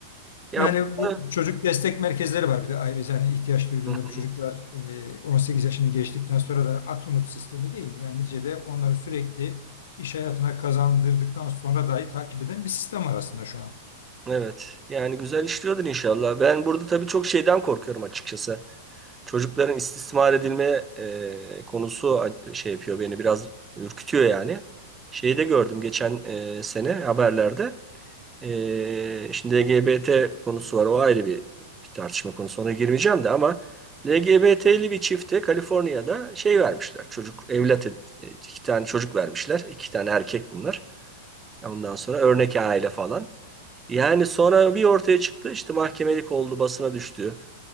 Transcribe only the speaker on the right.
Ya
burada
Hı hı.
Evet. Yani güzel işliyordur inşallah. Ben burada tabii çok şeyden korkuyorum açıkçası. Çocukların istismar edilme e, konusu a- şey yapıyor beni biraz ürkütüyor yani. Şeyi de gördüm geçen e, sene haberlerde. E, şimdi LGBT konusu var o ayrı bir, bir tartışma konusu ona girmeyeceğim de ama LGBT'li bir çifte Kaliforniya'da şey vermişler. Çocuk evlat ed- e, iki tane çocuk vermişler. iki tane erkek bunlar. Ondan sonra örnek aile falan. Yani sonra bir ortaya çıktı işte mahkemelik oldu basına düştü.